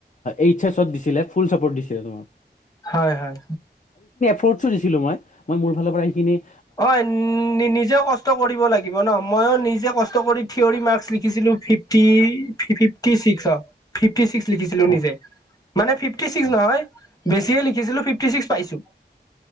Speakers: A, on the left; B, on the left.
A: এইচ এচত দিছিলে ফুল চাপৰ্ট দিছিলে তোমাক -
B: হয় - হয়।
A: স্পৰ্টছো দিছিলোঁ। মই মোৰ ফালৰ পৰা সেইখিনি -
B: হয় নিজেও কষ্ট কৰিব লাগিব ন ময়ো নিজে কষ্ট কৰি থিয়ৰি মাৰ্ক লিখ - লিখিছিলো ফিফটি ফিফটি চিক্স অ ফিফট - ফিফটি চিকিচ লিখিছিলো
A: হয়
B: নিজে মানে ফিফটি চিকচ
A: হয়
B: নহয় বেছিহে লিখিছিলো ফিফ- ফিফটি ছিক্স পাইছো।